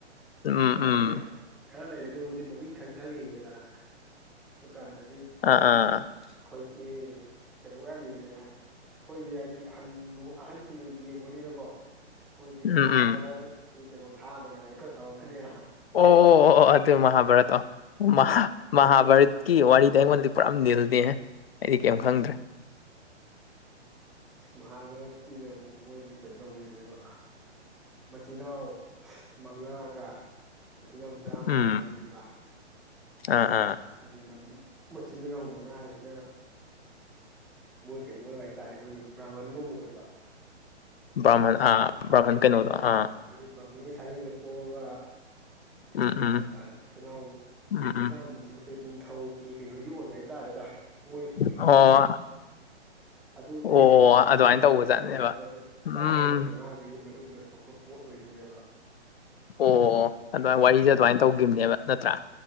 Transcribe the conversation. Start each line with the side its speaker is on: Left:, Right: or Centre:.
Left: ꯎꯝ
Centre: ꯑꯗꯨ ꯍꯧꯖꯤꯛ
Left: ꯎꯝ
Centre: ꯍꯠ ꯈꯔ ꯂꯩꯔꯒꯕꯨꯗꯤ ꯃꯃꯤꯡ ꯈꯪ ꯈꯪ ꯌꯦꯡꯉꯦꯗꯅ ꯗꯨꯀꯥꯟꯗ
Left: ꯑꯥ ꯑꯥ
Centre: ꯑꯈꯣꯏꯗꯤ ꯀꯩꯅꯣ ꯌꯥꯝ ꯌꯦꯡꯉꯤꯗ ꯑꯩꯈꯣꯏꯗꯤ ꯍꯥꯏꯗꯤ ꯍꯟꯅꯨ ꯑꯍꯟꯁꯤꯡꯗꯨ ꯌꯦꯡꯕꯅꯤꯅꯀꯣ ꯃꯣꯏꯗꯤ
Left: ꯎꯝ
Centre: ꯃꯍꯥꯚꯥꯔꯠ
Left: ꯎꯝ
Centre: ꯀꯩꯅꯣ ꯊꯥꯅꯉꯥꯏꯀꯥ ꯇꯧꯔꯛꯀꯅꯦꯕ
Left: ꯑꯣ ꯑꯣ ꯑꯣ ꯑꯣ ꯑꯗꯨ ꯃꯍꯥꯚꯔꯠ ꯑꯣ ꯃꯍꯥ ꯃꯍꯥꯚꯔꯠ
Centre: ꯍꯥꯏꯗꯤ
Left: ꯀꯤ ꯋꯥꯔꯤꯗꯤ ꯑꯩꯉꯣꯟꯗꯗꯤ ꯄꯨꯔꯥ ꯅꯤꯜꯅꯤꯍꯦ ꯑꯩꯗꯤ ꯀꯩꯝ ꯈꯪꯗ꯭ꯔꯦ
Centre: ꯃꯍꯥꯚꯥꯔꯠꯀꯤꯅ ꯑꯃꯨꯛ ꯃꯣꯏꯒꯤ ꯀꯩꯅꯣ ꯇꯧꯕꯩꯅꯦꯕ ꯃꯆꯤꯟ ꯅꯥꯎ ꯃꯉꯥꯒ ꯃꯆꯤꯟꯅꯥꯎ ꯆꯥꯝꯃꯒꯤ
Left: ꯎꯝ
Centre: ꯋꯥꯔꯤꯅꯤꯕ
Left: ꯑꯥ ꯑꯥ
Centre: ꯍꯥꯏꯗꯤ ꯃꯆꯤꯟ ꯃꯅꯥꯎ ꯃꯉꯥꯁꯤꯅ ꯃꯣꯏ ꯀꯩꯅꯣ ꯑꯣꯏꯕ ꯍꯥꯏꯇꯥꯔꯦ ꯑꯩꯈꯣꯏꯒꯤ ꯕ꯭ꯔꯥꯝꯍꯟꯒꯨꯝꯕ ꯑꯣꯏꯕ
Left: ꯕ꯭ꯔꯥꯍꯟ ꯑꯥ ꯕ꯭ꯔꯥꯍꯟ ꯀꯩꯅꯣꯗꯣ
Centre: ꯑ
Left: ꯑꯥ
Centre: ꯍꯥꯏꯗꯤ ꯕ꯭ꯔꯃꯤꯟꯒꯤ ꯁꯥꯒꯩꯗ ꯄꯣꯛꯑꯒ
Left: ꯎꯝ
Centre: ꯑꯣꯏꯕ
Left: ꯎꯝ
Centre: ꯍꯥꯏꯇꯥꯔꯦ ꯃꯆꯤꯜ ꯅꯥꯎ
Left: ꯎꯝ ꯎꯝ
Centre: ꯆꯥꯝꯕꯁꯤꯅ ꯑꯩꯈꯣꯏ ꯅꯤꯡꯊꯧꯒꯤ ꯀꯩꯅꯣꯒꯤ ꯑꯣꯏꯕ ꯍꯥꯏꯇꯥꯔꯦꯗ ꯃꯣꯏ ꯑꯗꯨꯗꯨꯒꯤ
Left: ꯑꯣ
Centre: ꯑꯗꯨ ꯃꯣꯏ
Left: ꯑꯣ
Centre: ꯀꯩꯅꯣꯗꯨꯒꯤ
Left: ꯑꯗꯨꯃꯥꯏꯅ ꯇꯧꯕꯖꯥꯠꯅꯦꯕ
Centre: ꯁꯝꯅ ꯁꯝꯅ ꯍꯥꯏꯔꯕꯗ
Left: ꯎꯝ
Centre: ꯆꯥꯝꯃꯒ ꯃꯉꯥ ꯑꯗꯨꯒꯤ ꯃꯅꯨꯡꯗ ꯊꯣꯛꯄ ꯄꯣꯠ ꯑꯣꯏꯕꯅꯦꯕ
Left: ꯑꯣ ꯑꯗꯨꯃꯥꯏꯟ ꯋꯥꯔꯤꯁꯦ ꯑꯗꯨꯃꯥꯏꯟ ꯇꯧꯒꯤꯝꯅꯦꯕ ꯅꯠꯇ꯭ꯔꯥ